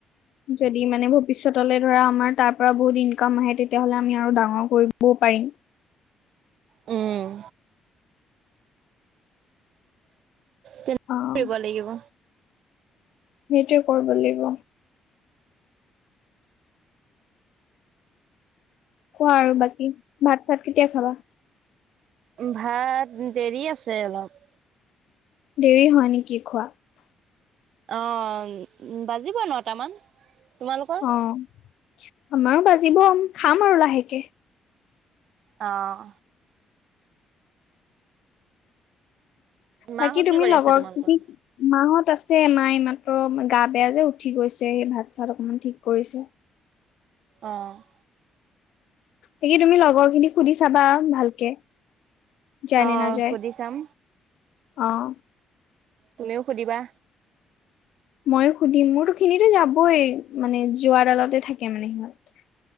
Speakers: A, on the left; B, on the right.
A: যদি মানে ভৱিষ্যতলৈ ধৰা আমাৰ তাৰ পৰা বহুত ইনকাম আহে তেতিয়াহ'লে আমি আৰু ডাঙৰ কৰিবও পাৰিম।
B: উম, তেনেকে
A: অ',
B: কৰিব লাগিব।
A: সেইটোৱে কৰিব লাগিব। কোৱা আৰু বাকী ভাত চাত কেতিয়া খাবা?
B: ভাত দেৰি আছে অলপ
A: দেৰি হয়নেকি খোৱা
B: অ', বাজিব নটামান তোমালোকৰ
A: অ', আমাৰো বাজিব খাম আৰু লাহেকে
B: আহ মাহঁত
A: বাকী তুমি
B: কি কৰি
A: লগৰ,
B: আছে তোমালোকৰ?
A: মাহত আছে মাই ম মাৰ গা বেয়া যে, উঠি গৈছে সেই ভাত চাত অকমান ঠিক কৰিছে।
B: অ',
A: বাকী তুমি লগৰ খিনিক সুধি চাবা ভালকে, যায়
B: অ',
A: নে নাযায়।
B: সুধি চাম।
A: অ',
B: তুমিও সুধিবা
A: ময়ো সুধিম, মোৰ খিনিতো যাবই, মানে যোৱাৰ আগতে থাকে মানে সিহঁত।